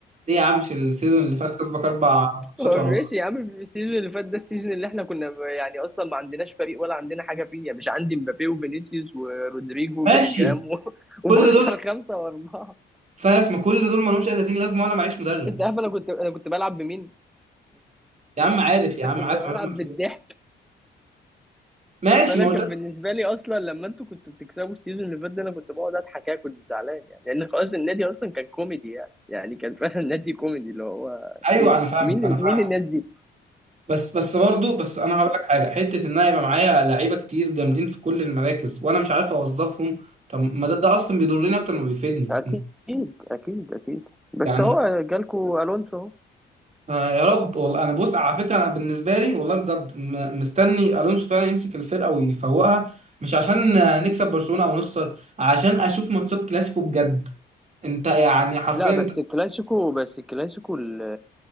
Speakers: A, on the right (about 35°); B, in the centre.
A: ليه يا عم مش السيزون اللي فات كسبك اربع ماتشات
B: هو
A: ورا
B: ماشي
A: بعض
B: يا عم في السيزون اللي فات ده السيزون اللي احنا كنا ب- يعني اصلا ما عندناش فريق ولا عندنا حاجه فيه يعني مش عندي مبابي وفينيسيوس ورودريجو وبيلينجهام
A: ماشي
B: و... <laughs> وبخسر
A: كل دول
B: خمسه واربعه
A: فاس ما كل دول ما لهمش اي 30 لازمه وانا معيش مدرب
B: انت عارف انا كنت انا كنت بلعب بمين؟
A: يا عم عارف يا
B: <laughs>
A: عم
B: كنت
A: عارف
B: بلعب
A: ما معتول
B: بالضحك
A: ماشي
B: فانا
A: ما قلت
B: كان
A: لك
B: بالنسبه لي اصلا لما انتوا كنتوا بتكسبوا السيزون اللي فات ده انا كنت بقعد اضحك أنا كنت زعلان يعني لان خلاص النادي اصلا كان كوميدي يعني يعني كان فعلا نادي كوميدي اللي هو
A: ايوه
B: ايه ده؟
A: انا فاهمك
B: مين
A: انا
B: ال-
A: فاهمك
B: مين الناس دي؟
A: بس بس برضه بس انا هقول لك حاجه حته ان انا يبقى معايا لعيبه كتير جامدين في كل المراكز وانا مش عارف اوظفهم طب ما ده, ده اصلا بيضرني اكتر ما بيفيدني
B: اكيد اكيد اكيد بس
A: يعني
B: هو جالكوا الونسو اهو
A: آه يا رب والله انا بص على فكره انا بالنسبه لي والله بجد م- مستني الونسو فعلا يمسك الفرقه ويفوقها مش عشان آه، نكسب برشلونه او نخسر عشان اشوف ماتشات كلاسيكو بجد انت يعني حرفيا
B: لا بس الكلاسيكو بس الكلاسيكو ال-